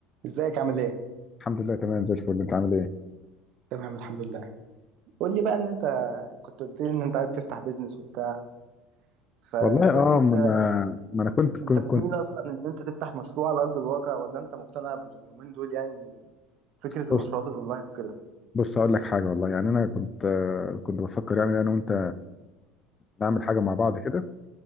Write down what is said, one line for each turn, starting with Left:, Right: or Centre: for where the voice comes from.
Right: ازيك عامل ايه؟
Left: الحمد لله تمام زي الفل انت عامل ايه
Right: تمام الحمد لله قول لي بقى ان انت كنت قلت لي ان انت عايز تفتح بيزنس وبتاع فقول
Left: والله اه
Right: لي
Left: ما
Right: كده
Left: انا ما انا كنت كنت,
Right: انت بتميل
Left: كنت
Right: اصلا ان انت تفتح مشروع على ارض الواقع ولا انت مقتنع باليومين دول يعني فكرة المشروعات
Left: بص
Right: الاونلاين وكده
Left: بص هقول لك حاجه والله يعني انا كنت آه، كنت بفكر يعني انا وانت نعمل حاجه مع بعض كده